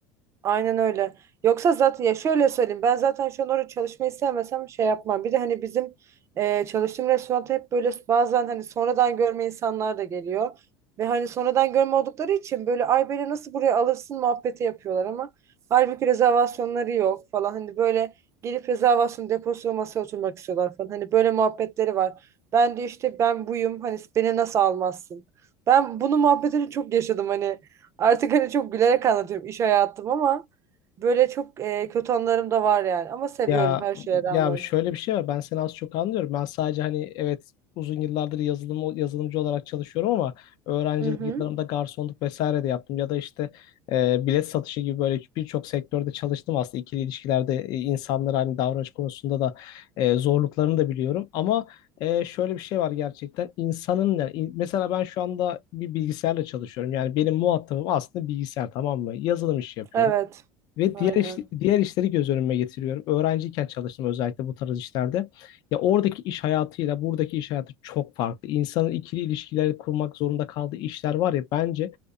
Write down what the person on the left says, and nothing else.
Ya
ya şöyle bir şey var. Ben seni az çok anlıyorum. Ben sadece hani evet uzun yıllardır yazılım yazılımcı olarak çalışıyorum ama öğrencilik
yıllarımda garsonluk vesaire de yaptım ya da işte e, bilet satışı gibi böyle birçok sektörde çalıştım aslında İkili ilişkilerde e, insanlara hani davranış konusunda da e, zorluklarını da biliyorum ama e, şöyle bir şey var gerçekten insanın yani in- mesela ben şu anda bir bilgisayarla çalışıyorum yani benim muhatabım aslında bilgisayar tamam mı yazılım işi yapıyorum.
Ve
diğer iş, diğer işleri göz önüme getiriyorum. Öğrenciyken çalıştım özellikle bu tarz işlerde. Ya oradaki iş hayatıyla buradaki iş hayatı çok farklı. İnsanın ikili ilişkileri kurmak zorunda kaldığı işler var ya bence